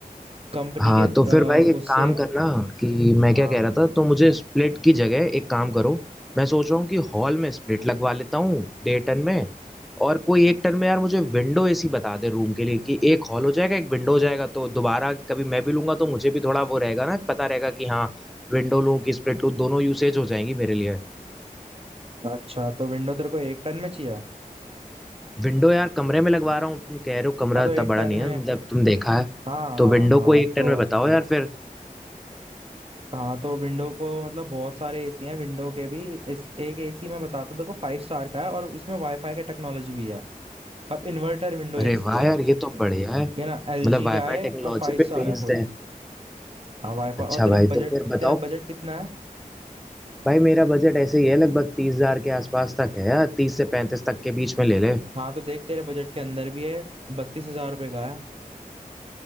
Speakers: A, on the right (about 40°); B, in the centre.
A: कंपनी
B: हाँ
A: के
B: तो
A: अ,
B: फिर भाई एक
A: उससे
B: काम करना कि मैं क्या
A: हाँ
B: कह रहा था तो मुझे स्प्लिट की जगह एक काम करो मैं सोच रहा हूँ कि हॉल में स्प्लिट लगवा लेता हूँ डे टन में और कोई एक टन में यार मुझे विंडो एसी बता दे रूम के लिए कि एक हॉल हो जाएगा एक विंडो हो जाएगा तो दोबारा कभी मैं भी लूंगा तो मुझे भी थोड़ा वो रहेगा ना पता रहेगा कि हाँ विंडो लूँ कि स्प्लिट लूँ दोनों यूसेज हो जाएंगी मेरे लिए
A: अच्छा तो विंडो तेरे को एक टन में चाहिए
B: विंडो यार कमरे में लगवा रहा हूँ तुम कह रहे हो कमरा
A: हाँ तो
B: इतना
A: एक
B: बड़ा
A: टन
B: नहीं
A: में
B: है मतलब तुम देखा है
A: हाँ
B: तो
A: हाँ
B: विंडो
A: हाँ
B: को एक
A: तो
B: टन में बताओ यार फिर
A: हाँ तो विंडो को मतलब बहुत सारे एसी हैं विंडो के भी इस एक एसी मैं बताता हूँ तेरे को फाइव स्टार का है और इसमें वाईफाई का टेक्नोलॉजी भी है और इन्वर्टर विंडो एसी
B: अरे वाह
A: है
B: यार ये तो बढ़िया है
A: ये ना
B: मतलब
A: एलजी
B: वाईफाई
A: का है
B: टेक्नोलॉजी
A: और फाइव
B: पे
A: स्टार
B: बेस्ड
A: है फुल
B: है
A: हाँ वाईफाई
B: अच्छा
A: और तेरे
B: भाई
A: बजट
B: तो फिर बताओ
A: तेरा बजट कितना है
B: भाई मेरा बजट ऐसे ही है लगभग तीस हजार के आसपास तक है यार तीस से पैंतीस तक के बीच में ले ले
A: हाँ तो देख तेरे बजट के अंदर भी है बत्तीस हजार रुपये का है